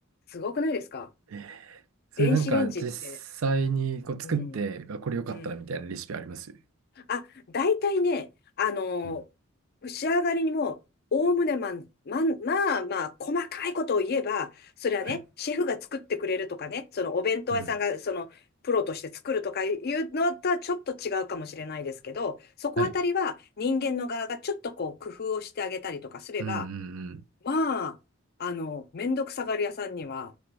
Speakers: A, on the left; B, on the right.
A: すごくないですか
B: えーそれなんか実際にこう作って、
A: 電子レンジって。うん。
B: あ、これ良かったみたいなレシピあります
A: うん。あ、大体ね、あのー仕上がりにも、
B: うん。
A: おおむねまん、まん、まあまあ、細かいことを言えば、それはね、
B: はい。
A: シェフが作ってくれるとかね、そのお弁当屋さんが、
B: うん。
A: その、プロとして作るとかいうのとはちょっと違うかもしれないですけど、そこあたりは人間の側がちょっとこう工夫をしてあげたりとかすれば、
B: はい。うんうん
A: まあ、あの、めんどくさがり屋さんには、